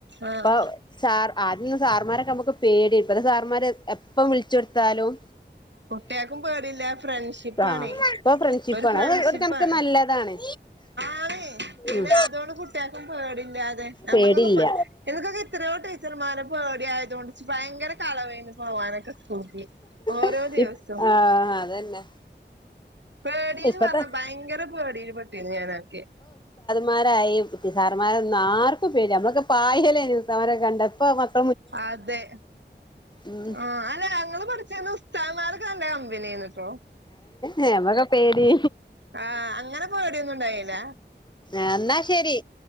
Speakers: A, on the right; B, on the left.
A: ആഹ്
B: പ്പൊ സാർ ആദ്യം സാർമാരെ നമുക്ക് പേടി ഇപ്പത്തെ സാറന്മാര് എപ്പം വിളിച്ചൊടുത്താലും
A: കുട്ടികക്കും പേടീല്ല ഫ്രണ്ട്ഷിപ്പാണെ
B: ആഹ് ഇപ്പൊ ഫ്രണ്ട്ഷിപ്പാണ്
A: പ്പഒരു ഫ്രണ്ട്ഷിപ്പ്
B: അത് ഒരു കണക്ക്
A: പ്പാണ്
B: നല്ലതാണ്
A: ആണ് പിന്നെ
B: ഉം
A: അതുകൊണ്ട് കുട്ടികക്കും പേടില്ലാതെ നമ്മ്ക്കൊക്കെ
B: പേടില്ല
A: മ്പ എനക്കൊക്കെ ഇത്രയോ ടീച്ചർമാരെ പേടിയായതോണ്ട് ഭയ്ങ്കര കളവേന്ന് പോവാനൊക്കെ സ്ക്കൂള്ക്ക് ഓരോര്
B: ഉം
A: ദിവസം
B: ആഹ് അതന്നെ
A: പേടീന്ന്
B: ഇപ്പത്തെ
A: പറഞ്ഞാ ഭയ്ങ്കര പേടില് പെട്ടിന്ന് ഞാനൊക്കെ
B: മാരായി സാർമാരെന്നും ആർക്കും പേട്യാ മ്മളൊക്കെ പായേലെചർമാരെ കണ്ടപ്പ മക്
A: അതെ
B: ഉം
A: ആ അല്ല ഞങ്ങള് പഠി ച്ചയന്നും സാറന്മാരെക്കെ നല്ല കമ്പനിയാര്ന്ന്
B: ഞമ്മക്ക് പേടി
A: ആ അങ്ങനെ പേടിയൊന്നും ഇണ്ടായില്ല
B: എന്നാ ശരി